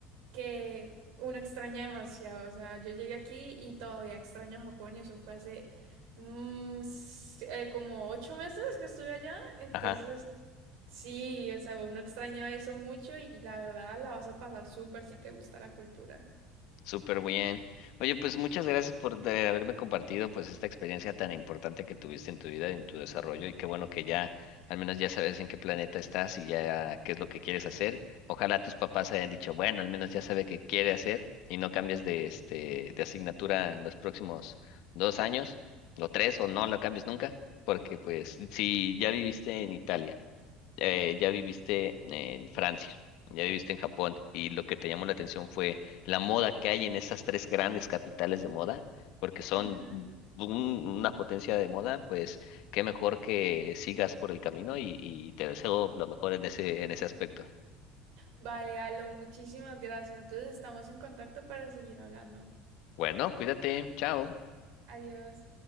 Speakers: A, on the right; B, on the left.
A: que uno extraña demasiado. O sea, yo llegué aquí y todavía extraño Japón y eso fue hace mm, s- eh, como ocho meses que estuve allá. Entonces,
B: ajá.
A: sí, o sea, uno extraña eso mucho y, y la verdad la vas a pasar súper si te gusta la cultura.
B: Súper bien. Oye, pues muchas gracias por de haberme compartido pues esta experiencia tan importante que tuviste en tu vida, en tu desarrollo y qué bueno que ya al menos ya sabes en qué planeta estás y ya qué es lo que quieres hacer. Ojalá tus papás hayan dicho, bueno, al menos ya sabe qué quiere hacer y no cambies de este de asignatura en los próximos dos años o tres o no la cambies nunca, porque pues si ya viviste en Italia eh, ya viviste en Francia, ya viviste en Japón, y lo que te llamó la atención fue la moda que hay en esas tres grandes capitales de moda, porque son
A: Ujú.
B: un- una potencia de moda, pues qué mejor que sigas por el camino y, y te deseo lo mejor en ese, en ese aspecto.
A: Vale, Aldo, muchísimas gracias. Entonces, estamos en contacto para seguir hablando.
B: Bueno, cuídate, chao.
A: Adiós.